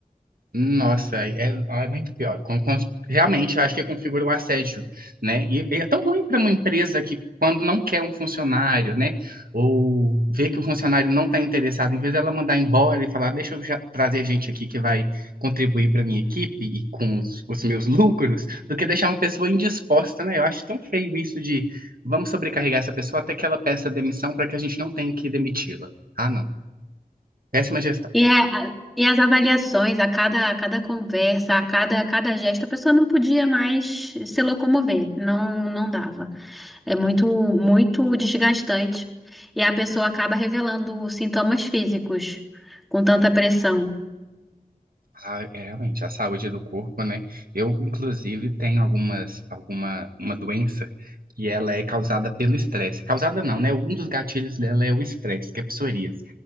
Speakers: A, on the right; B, in the centre.
A: Nossa, é, é muito pior. Com- com- realmente, eu acho que configura o assédio, né? E, e é tão ruim para uma empresa que, quando não quer um funcionário, né? Ou vê que o funcionário não está interessado, em vez dela mandar embora e falar, deixa eu já trazer gente aqui que vai contribuir para minha equipe e com os, os meus lucros, do que deixar uma pessoa indisposta, né? Eu acho tão feio isso de vamos sobrecarregar essa pessoa até que ela peça demissão para que a gente não tenha que demiti-la. Ah, não. Péssima gestão.
B: E, a- a- e as avaliações, a cada, a cada conversa, a cada, a cada gesto, a pessoa não podia mais se locomover. Não, não dava. É muito, muito desgastante. E a pessoa acaba revelando sintomas físicos com tanta pressão.
A: Ah, é, realmente, a saúde do corpo, né? Eu, inclusive, tenho algumas, alguma, uma doença que ela é causada pelo estresse. Causada não, né? Um dos gatilhos dela é o estresse, que é psoríase.